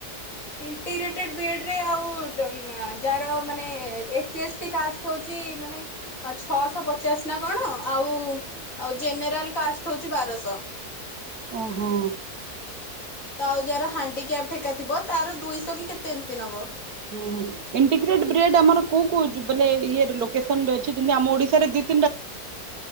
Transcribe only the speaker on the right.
ଓହୋ।
ହୁଁ ହୁଁ ଇଣ୍ଟିଗ୍ରେଟ ବ୍ରି ଏଡ଼ ଆମର କୋଉ କୋଉ ବଲେ ମ ଇଏ ଲୋକେସନ ରେ ଅଛି ଯେମିତି ଆମ ଓଡିଶା ରେ ଦିଟା